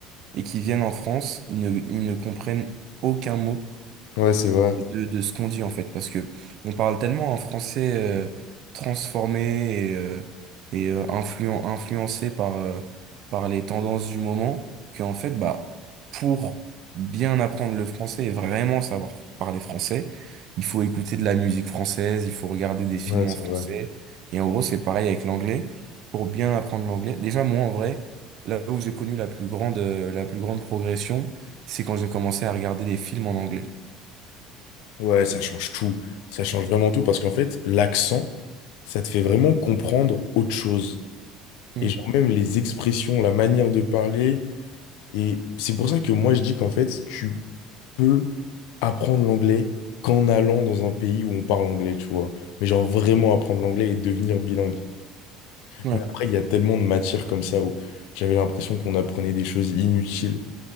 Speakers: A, on the right; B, on the left.
A: et qui viennent en France ils ne ils ne comprennent aucun mot
B: Ouais, c'est vrai.
A: de, de ce qu'on dit en fait, parce que on parle tellement un français euh, transformé et, euh, et euh, influent, influencé par, euh, par les tendances du moment, qu'en fait, bah, pour bien apprendre le français et vraiment savoir fr- parler français, il faut écouter de la musique française, il faut regarder des films
B: Ouais, c'est
A: en français,
B: vrai.
A: et en gros, c'est pareil avec l'anglais. Pour bien apprendre l'anglais, déjà moi en vrai, là où j'ai connu la plus grande, euh, la plus grande progression, c'est quand j'ai commencé à regarder des films en anglais.
B: Ouais, ça change tout. Ça change vraiment tout parce qu'en fait, l'accent, ça te fait vraiment comprendre autre chose.
A: Mm.
B: Et genre, même les expressions, la manière de parler. Et c'est pour ça que moi je dis qu'en fait, tu peux apprendre l'anglais qu'en allant dans un pays où on parle anglais, tu vois. Mais genre vraiment apprendre l'anglais et devenir bilingue.
A: Ouais.
B: Mais après, il y a tellement de matières comme ça où j'avais l'impression qu'on apprenait des choses inutiles.